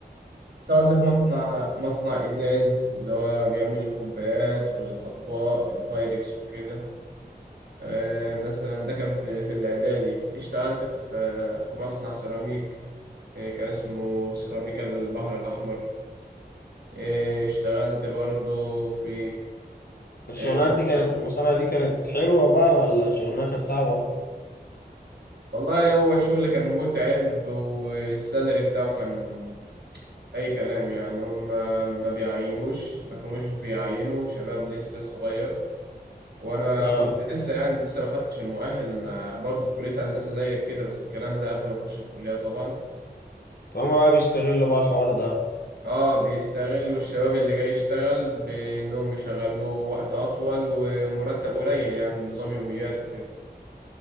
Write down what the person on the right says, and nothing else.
اشتغلت في مصنع مصنع إزاز اللي هو بيعمل الكوبايات والأطباق البايركس وكده آه، مثلا ده كان في في الإعدادي اشتغلت في آه، في مصنع سيراميك آه، كان اسمه سيراميكا البحر الأحمر آه، اشتغلت برضه في
آه، في مصنع
والله هو الشغل كان متعب والسالري بتاعه كان أي كلام يعني هم ما بيعينوش ما كانوش بيعينوا شباب لسه صغير وأنا
كنت لسه يعني لسه ما خدتش المؤهل أنا برضه في كلية هندسة زيك كده بس الكلام ده قبل ما أخش الكلية طبعا
اه بيستغلوا الشباب اللي جاي يشتغل بانهم يشغلوه وقت اطول ومرتب قليل يعني نظام يوميات وكده